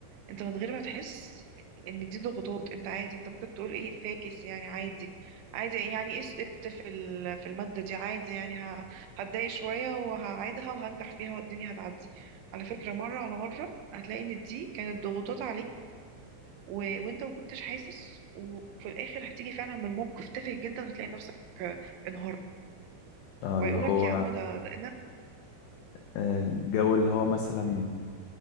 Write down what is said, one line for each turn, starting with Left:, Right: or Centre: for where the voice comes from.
Right: انت من غير ما تحس ان دي ضغوطات انت عادي انت ممكن تقول ايه فاكس يعني عادي عادي يعني اسقطت في ال- في المادة دي عادي يعني ه- هتضايق شوية وهعيدها وهنجح فيها والدنيا هتعدي على فكرة مرة على مرة هتلاقي ان دي كانت ضغوطات عليك و... وانت ما كنتش حاسس و... وفي الاخر هتيجي فعلا من موقف تافه جدا هتلاقي نفسك آه، انهارت
Left: اه اللي
Right: ويقولك
Left: هو
Right: يا عم ده, ده...
Left: آه، جو اللي هو مثلا